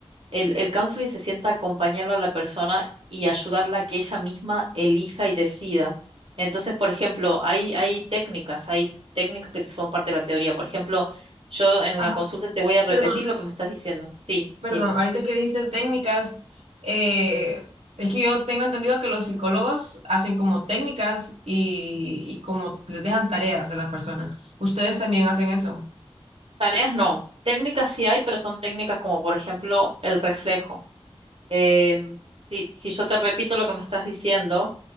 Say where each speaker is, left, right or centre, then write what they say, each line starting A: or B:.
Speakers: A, on the right; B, on the right.
A: el, el counseling se sienta a acompañarlo a la persona y ayudarla a que ella misma elija y decida. Entonces, por ejemplo, hay, hay técnicas, hay técnicas que son parte de la teoría. Por ejemplo, yo en una
B: Ajá,
A: consulta te voy a repetir
B: perdón,
A: lo que me estás diciendo. Sí,
B: perdón,
A: dime.
B: ahorita que dijiste técnicas, eh, es que yo tengo entendido que los psicólogos hacen como técnicas y, y como les dejan tareas a las personas. ¿Ustedes también hacen eso?
A: Tareas no. Técnicas sí hay, pero son técnicas como, por ejemplo, el reflejo. Em, si, si yo te repito lo que me estás diciendo,